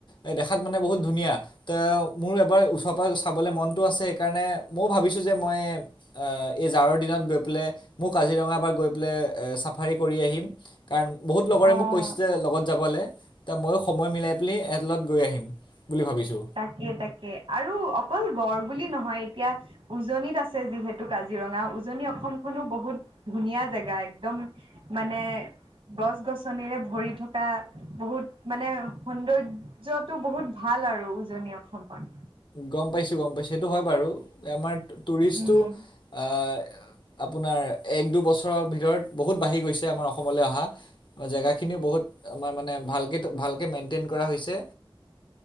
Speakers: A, on the left (about 55°); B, on the right (about 70°).
A: এ দেখাত মানে বহুত ধুনীয়া ত মোৰ এবাৰ ওচৰ পৰা চাবলৈ মনতটো আছে সেইকাৰণে ময়ো ভাবিছোঁ যে মই এই জাৰৰ দিনত গৈ পেলাই মোৰ কাজিৰঙা পৰা গৈ পেলাই এ চাফাৰী কৰি আহিম কাৰণ বহুত লগৰে
B: অ'
A: মোক কৈছে লগত যাবলে। ত ময়ো সময় মিলাই পেলি এহঁতৰ লগত গৈ আহিম বুলি ভাবিছো
B: তাকে তাকে আৰু অকল গড় বুলি নহয় এতিয়া উজনিত আছে যিহেতু কাজিৰঙা উজনি অসমখনো বহুত ধুনীয়া জেগা একদম মানে গছ গছনিৰে ভৰি থকা বহুত মানে সৌন্দৰ্য্যটো বহুত ভাল ভাল আৰু উজনি অসমৰ
A: গম পাইছো গম পাইছো, সেইটো হয় বাৰু আমাৰ টুৰিষ্টটো
B: উম
A: আহ আপোনাৰ এক দুবছৰৰ ভিতৰত বহুত বাঢ়ি গৈছে আমাৰ অসমলৈ অহা জেগা খিনিও বহুত আমাৰ মানে ভালেকে ভালকে মেইন্তেন কৰা হৈছে।